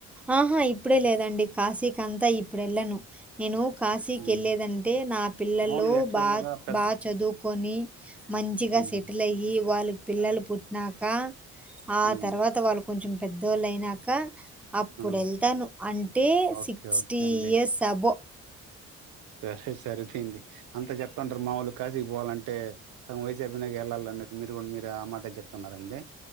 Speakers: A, in the centre; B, on the right.
A: ఆహా ఇప్పుడే లేదండి కాశీక్ అంతా ఇప్పుడు వెళ్ళను నేను కాశీకి
B: హ్మ్.
A: వెళ్ళలేదంటే నా పిల్లలు
B: మామూలుగా యాక్చువల్‌గా
A: బాగా
B: పెద్ద
A: బాగా చదువుకొని మంచిగా
B: హ్మ్.
A: సెటిల్ అయ్యి వాళ్ళు పిల్లలు పుట్టినాక ఆ
B: హ్మ్.
A: తర్వాత వాళ్ళు కొంచెం పెద్దోళ్ళ అయినాక అప్పుడు
B: ఆ!
A: వెళ్తాను అంటే
B: ఓకే.
A: సిక్స్టీ
B: ఓకే అండి.
A: ఇయర్స్ అబో
B: సరే సరదే అండి అంతా చెప్తుంటారు మాముూలు కాశీకి పోవాలంటే సగం వైసీపీ నాకి వెళ్ళాల అన్నట్టు మీరు కూడా మీరు ఆ మాట చెప్తున్నారండి